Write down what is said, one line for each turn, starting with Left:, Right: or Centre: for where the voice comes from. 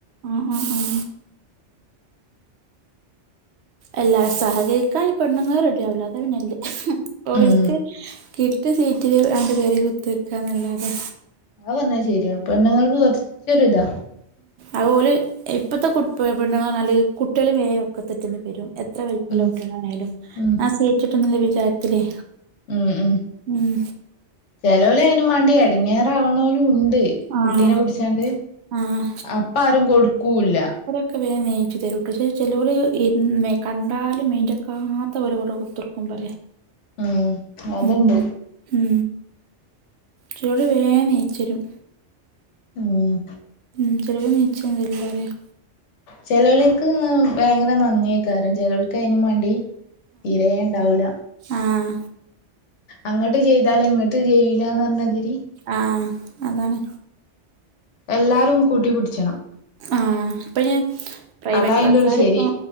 Right: ഉം ഉം ഉം എല്ലാരും സഹകരിക്കാ ഈ പെണ്ണങ്ങൾ റെഡിയ ആവില്ലാ അതാ പിന്നെള്ള ഒല്ക്ക്
Left: ഉം
Right: കിട്ട്യ സീറ്റില് ആണ്ട് കേറി കുത്തർക്കാന്നല്ലാതെ.
Left: അഹ് പറഞ്ഞാ ശെര്യാ പെണ്ണ്ങ്ങക്ക് കൊർച്ചൊരു ഇതാ.
Right: അഹ് ഓല് ഇപ്പത്തെ കു പെണ്ണങ്ങള്ർഞ്ഞാല് കുട്യള്യും വേം ഒക്കത്തെട്ടിയണ്ട് വരും. എത്ര വലിപ്പല്ല
Left: ഉം
Right: കുട്ടോളാണഗിലും
Left: ഉം
Right: ആഹ് സീറ്റിട്യൂനുള്ള വിചാരത്തിലേ
Left: ഉം ഉം
Right: ഉം
Left: ചേലോര് അയിന് മാണ്ടി എടങ്ങേറാവണല് ഉ ണ്ട്
Right: ആഹ്
Left: കുട്ടീനെ പിടിച്ചണ്ട്
Right: ആഹ്
Left: അപ്പ ആരും കൊടുക്കൂല്ല
Right: ഒക്കെ വേം നീച്ചു തരും ക്ക് പക്ഷ ചേലോരെ ന്ന് കണ്ടാലും മെൻ്റെക്കകത്ത പോല കൂതീർക് പറയാ
Left: ഉം അതുണ്ട്
Right: ഉം ഉ ചേലോല് വേം നീചെരും.
Left: ഉം
Right: ഉ ചേലോല് ണീ ചോന്നുംതര്ലാരേയും.
Left: ചേലോൽക് ഭയങ്കര നന്ദിയേകാരം ചേലോൽക് അയ്നു മാണ്ടി തീരേണ്ടാവൂല.
Right: ആഹ.
Left: അങ്ങട്ട് ചെയ്താലേ ഇങ്ങട്ട് ചെയ്യൂ ലാർഞ്ഞതിരി
Right: ആഹ് അതാണ്.
Left: എല്ലാരും കൂട്ടിപുടിച്ചണം.
Right: ആ ഇപ്പ ഞാൻ പ്രൈവറ്റ്
Left: അതാ അയിന്റെ
Right: ബസ്സാര്
Left: ഒരു ശരി
Right: ഇപ്പോ